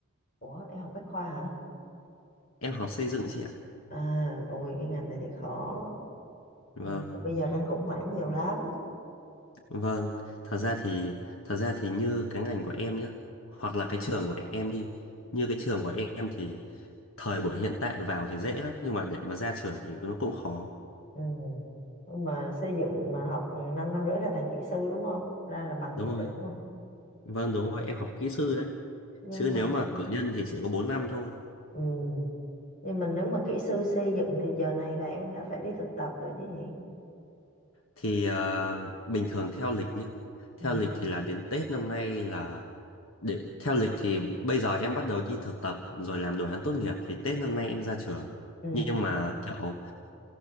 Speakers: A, on the left; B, on the left.
A: Ủa em học Bách khoa hả?
B: Em học xây dựng chị ạ.
A: À, ôi cái ngành này thì khó.
B: Vâng,
A: Ngành Bây giờ đang khủng hoảng nhiều lắm.
B: vâng. Thật ra thì thật ra thì như cái ngành của em nhá, hoặc là cái trường của em đi. Như cái trường của em thì thời buổi hiện tại vào thì dễ lắm, nhưng mà để mà ra trường thì nó cũng khó.
A: Ừ. Nhưng Mà xây dựng mà học 5 năm năm rưỡi là thành kỹ sư đúng không? Ra là bằng
B: Đúng
A: kỹ
B: rồi.
A: sư đúng không?
B: Vâng, đúng rồi, em học kỹ sư đấy.
A: Nhưng
B: chứ
A: mà
B: nếu mà cử nhân thì chỉ có 4 năm thôi
A: ừ. Nhưng mà nếu mà kỹ sư xây dựng thì giờ này là em đã phải đi thực tập rồi chứ nhỉ?
B: thì ờ, bình thường theo lịch nhé theo
A: Ừ.
B: lịch thì là đến Tết năm nay là để theo lịch thì bây giờ em bắt đầu đi thực tập rồi làm đồ án tốt nghiệp thì Tết năm nay em ra trường
A: Ừ.
B: nhưng mà kiểu